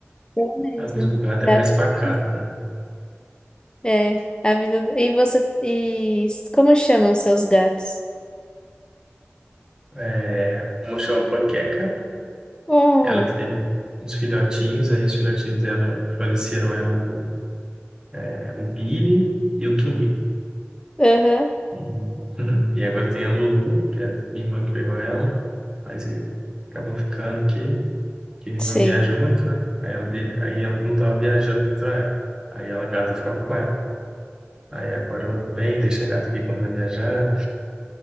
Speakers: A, on the left; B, on the right.
A: É mesmo.
B: A vida do gato
A: Gato
B: é mais pacata,
A: é criança.
B: né?
A: É, a vida do... E você... E como chamam seus gatos?
B: É, uma chama Panqueca,
A: Hum,
B: ela que teve uns filhotinhos, aí os filhotinhos dela que faleceram, eram o, é, o Billy e o Tunico.
A: aham,
B: E, <laughs> e agora tem a Lulu, que é minha irmã que pegou ela, mas aí acabou ficando aqui, que minha irmã
A: sei.
B: viaja muito, né? Aí ela, vi- aí ela não estava viajando muito na época. Aí ela a gata ficava com ela. Aí agora ela vem, deixa a gata aqui quando vai viajar,